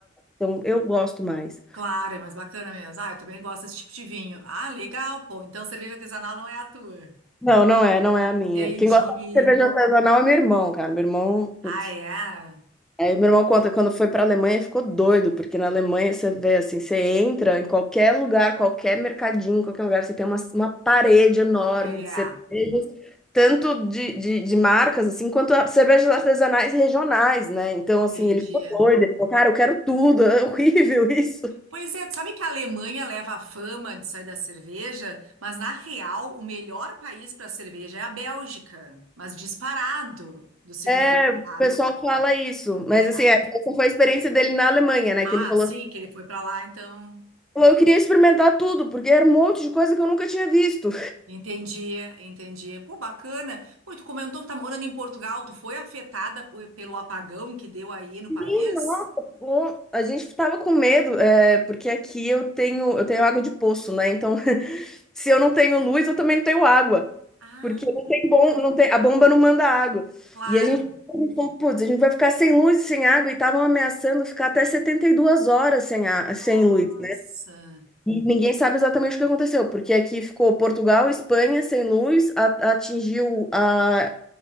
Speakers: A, in the centre; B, on the right (about 85°).
A: Então, eu gosto mais.
B: Claro, é mais bacana mesmo. Ah, eu também gosto desse tipo de vinho. Ah, legal, pô. Então cerveja artesanal não é a tua.
A: Não, não é, não é a minha.
B: Entendi.
A: Quem gosta de cerveja artesanal é meu irmão, cara. Meu irmão, putz.
B: Ah, é?
A: Aí meu irmão conta que quando foi pra Alemanha ele ficou doido, porque na Alemanha você vê assim, você entra em qualquer lugar, qualquer mercadinho, qualquer lugar, você tem uma, uma parede enorme
B: É,
A: de cervejas, tanto de, de, de marcas assim, quanto a- cervejas artesanais regionais, né? Então,
B: entendi.
A: assim, ele ficou doido, ele falou, cara, eu quero tudo, é horrível <laughs> isso.
B: Pois é, tu sabe que a Alemanha leva a fama de sair da cerveja, mas na real, o melhor país para cerveja é a Bélgica, mas disparado do segundo
A: É,
B: colocado.
A: O pessoal fala isso, mas
B: É.
A: assim, é, essa foi a experiência dele na Alemanha, né?
B: Ah,
A: Que ele falou
B: sim, que ele foi pra lá, então.
A: Eu queria experimentar tudo, porque era um monte de coisa que eu nunca tinha visto.
B: Entendi, entendi. Pô, bacana. Pô, tu comentou que tá morando em Portugal. Tu foi afetada po- pelo apagão que deu aí no país?
A: Sim, nossa, bom. A gente tava com medo, é, porque aqui eu tenho, eu tenho água de poço, né? Então, <laughs> se eu não tenho luz, eu também não tenho água.
B: Ah,
A: Porque não tem bom, não tem, a bomba não manda água.
B: claro.
A: E a gente falou, putz, a gente vai ficar sem luz e sem água, e estavam ameaçando ficar até 72 horas sem, a, sem
B: Nossa.
A: luz. E ninguém sabe exatamente o que aconteceu, porque aqui ficou Portugal, Espanha sem luz, a- atingiu a